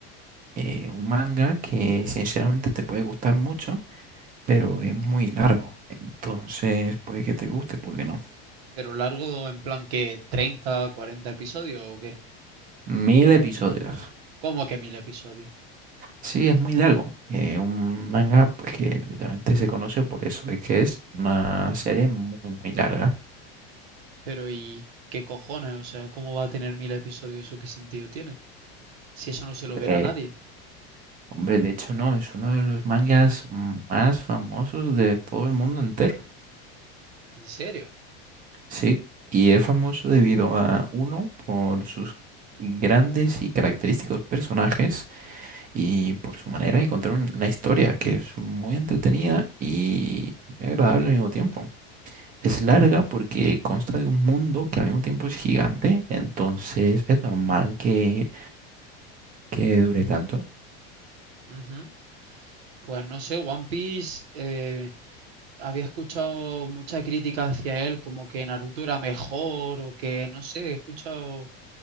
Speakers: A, on the right; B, on the right.
A: Eh, un manga que sinceramente te puede gustar mucho pero es muy largo. Entonces, puede que te guste, puede que no.
B: ¿Pero largo en plan que treinta cuarenta episodios o qué?
A: Mil episodios.
B: ¿Cómo que mil episodios?
A: Sí, es muy largo. Eh, un manga, pues que literalmente se conoce por eso, es que es una serie muy, muy larga.
B: Pero ¿y qué cojones? O sea, ¿cómo va a tener mil episodios? ¿Eso qué sentido tiene? Si eso no se lo verá
A: Eh,
B: nadie.
A: hombre, de hecho, no, es uno de los mangas más famosos de todo el mundo entero.
B: ¿En serio?
A: Sí, y es famoso debido a uno por sus grandes y característicos personajes y por su manera de contar un- la historia, que es muy entretenida y muy agradable al mismo tiempo. Es larga porque consta de un mundo que al mismo tiempo es gigante, entonces es normal que, que dure tanto.
B: Ujú. Pues no sé, One Piece eh, había escuchado mucha crítica hacia él, como que Naruto era mejor o que no sé, he escuchado